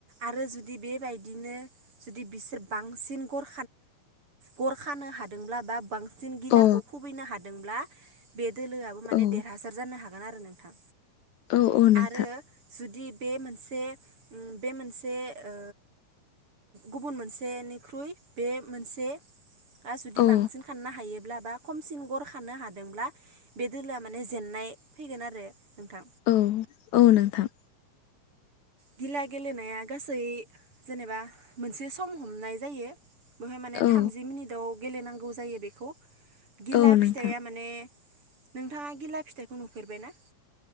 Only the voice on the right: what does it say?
आरो जुदि बेबायदिनो जुदि बिसोर बांसिन गर गर खानो हादोंब्ला बा बांसिन जों गिलाखौ
खुबैनो हादोंब्ला बे दोलोआबो माने
देरहासार जानो हागोन आरो नोंथां।
आरो जुदि बे मोनसे बे मोनसे ओ गुबुन मोनसेनिख्रुइ बे मोनसे जुदि
बांसिन खाननो हायोब्ला बा खमसिन गर खानो हादोंब्ला बे दोलोआ माने जेननाय फैगोन आरो नोंथां।
गिला गेलेनाया गासै जेनेबा मोनसे सम हमनाय जायो। बेवहाय माने
थामजि मिनिटाव गेलेनांगौ जायो बेखौ। गिला
फिथाइया माने नोंथाङा गिला फिथाइखौ नुफेरबायना?